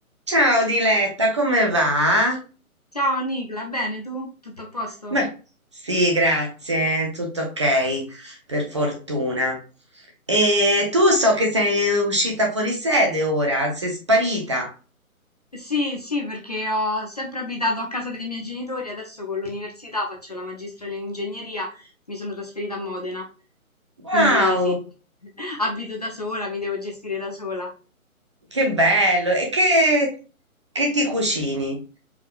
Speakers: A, on the right; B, on the left.
A: Ciao Diletta, come va?
B: Ciao Nicla, bene tu? Tutto a posto?
A: Beh, sì, grazie, tutto ok, per fortuna. E tu so che sei uscita fuori sede ora, sei sparita.
B: Sì, sì, perché ho sempre abitato a casa dei miei genitori, adesso con l'università faccio la magistrale in ingegneria, mi sono trasferita a Modena,
A: Wow,
B: quindi sì, <laughs> abito da sola, mi devo gestire da sola.
A: che bello! E che, che ti cucini?